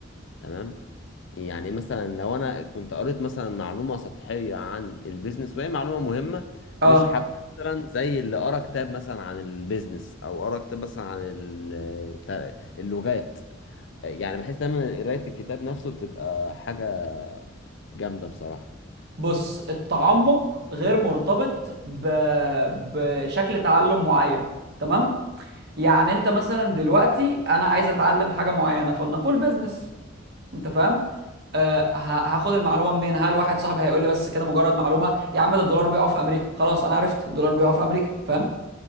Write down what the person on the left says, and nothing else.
تمام يعني مثلا لو انا كنت قريت مثلا معلومة سطحية عن البيزنس وهي معلومة مهمة
مش هبقى مثلا زي اللي قرا كتاب مثلا عن البيزنس او قرا كتاب مثلا عن ال- تا- اللغات يعني بحس دايما قراية الكتاب نفسه بتبقى حاجة جامدة بصراحة
مم.